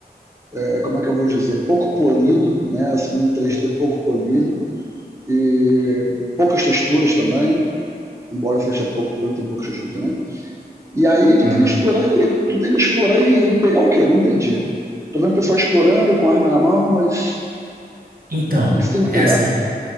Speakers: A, on the right; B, on the right.
A: é, como é que eu vou dizer, pouco polido, né, assim, um 3D pouco polido, e poucas texturas também, embora seja pouco polido, tem poucas texturas também. E aí tu
B: Ah.
A: tem que explorar e tu tem que explorar e pegar o quê? Não entendi. Tô vendo o pessoal explorando com arma na mão, mas
B: Então,
A: o que que você tem que
B: é
A: pegar?
B: assim,